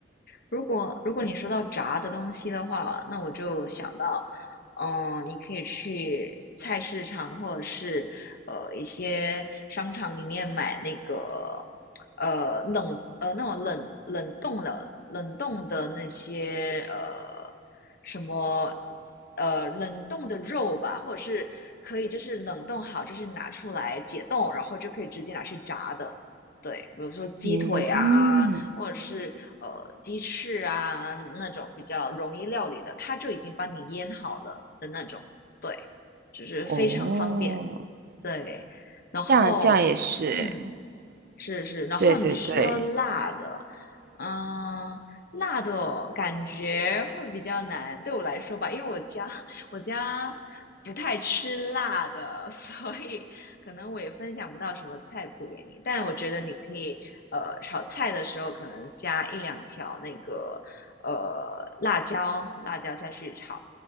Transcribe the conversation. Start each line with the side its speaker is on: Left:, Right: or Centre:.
Left: 如果如果你说到炸的东西的话，那我就想到，嗯、你可以去菜市场或者是呃一些商场里面买那个呃冷呃那种冷冷冻的冷冻的那些呃什么呃冷冻的肉吧，或者是可以就是冷冻好，就是拿出来解冻，然后就可以直接拿去炸的。对，比如说鸡腿啊，
Right: 嗯，
Left: 或者是呃鸡翅啊那种比较容易料理的，它就已经帮你腌好了的那种，对，就是非常方便，
Right: 哦。
Left: 对。然后，
Right: 这样这样也是哎，
Left: 嗯，是是，然后你说辣的，
Right: 对对对
Left: 嗯，辣的感觉会比较难，对我来说吧，因为我家我家不太吃辣的，<laughs> 所以可能我也分享不到什么菜谱给你。但我觉得你可以，呃，炒菜的时候可能加一两条那个呃辣椒，辣椒下去炒，